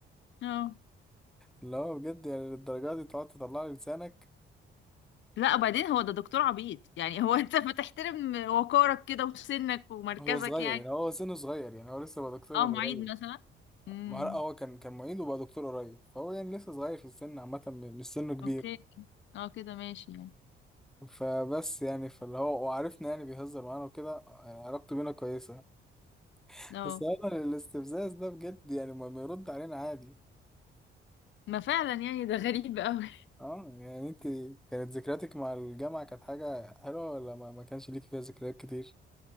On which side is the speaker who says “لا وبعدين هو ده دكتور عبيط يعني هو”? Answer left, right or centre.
Left